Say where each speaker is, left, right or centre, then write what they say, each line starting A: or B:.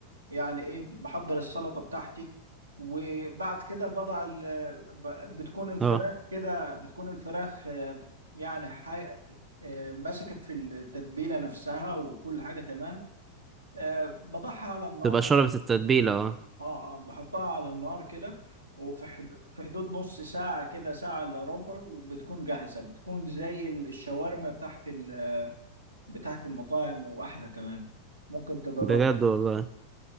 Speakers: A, on the right; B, on the right.
A: يعني ايه بحضر السلطه بتاعتي وبعد كده بضع ال... ب- بتكون الفراخ
B: اه
A: كده بتكون الفراخ آه، يعني حي... آه، مسكت في التتبيله نفسها وكل حاجه تمام آه، بضعها على النار
B: تبقى شربت التتبيلة اه
A: اه اه بحطها على النار كده وفي حد... في حدود نص ساعه كده ساعه الا ربع وبتكون جاهزه بتكون زي الشاورما بتاعت ال... بتاعت المطاعم واحلى كمان ممكن تجربها
B: بجد والله